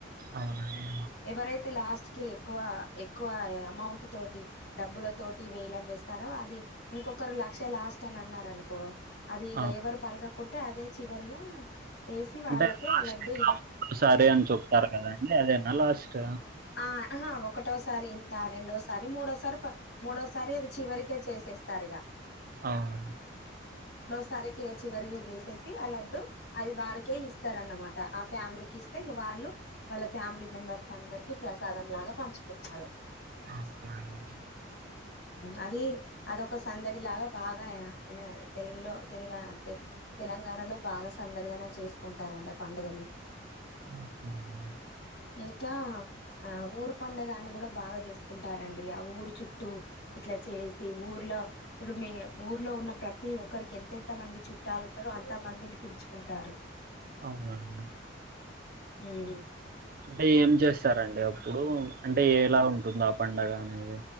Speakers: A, on the right; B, on the left.
A: అవునండి
B: ఎవరైతే లాస్ట్ కి ఎక్కువ ఎక్కువ అమౌంట్ తోటి డబ్బుల తోటి వేలం వేస్తారో అది ఇంకొకరు లక్ష లాస్ట్ అని అన్నారు అనుకో అది ఇ
A: ఆ
B: ఎవరు పలక కుంటే అదే చివరిగా వేసి వాళ్ళకే
A: అంటే లాస్ట్సారి
B: ఆ లడ్డు ఇవ్వ
A: అని చెప్తారు కదాండి అదేనా లాస్ట్
B: ఆ ఆహా ఒకటోసారి ఇంత రెండోసారి మూడోసారి మూడోసారి అది చివరికే చేసేస్తారు ఇక
A: అవు
B: సరికిగా చివరి చేసేసి ఆ లడ్డు అది వారికే ఇస్తారు అన్నమాట ఆ ఫ్యామిలీకి ఇస్తే వ వాళ్ళ ఫ్యామిలీ మెంబర్స్ అందరికి ప్రసాదం లాగా పంచుకుంటారు
A: నమస్కారం అడిడి
B: అది అదొక సందడి లాగా బాగా తెలుగులో తెలుగు తెలంగాణలో బాగా సందరిగానే చేసుకుంటారండి ఆ పండుగలు
A: ఓకే అండి
B: ఇంకా ఆ ఊరు పండుగని కూడా బాగా చేసుకుంటారండి ఆ ఊరు చుట్టూ ఇట్లా చేసి ఊర్లో ఇప్పుడు మీ ఊర్లో ఉన్న ప్రతి ఒక్కరికి ఎంతెంత మంది చుట్టాలు ఉంటారో అంత మందిని పిలుచుకుంటారు
A: అవునండి
B: హ్మ్మ్
A: అంటే ఏం చేస్తారండి అప్పుడు అంటే ఎలా ఉంటుందో ఆ పండగ అనేది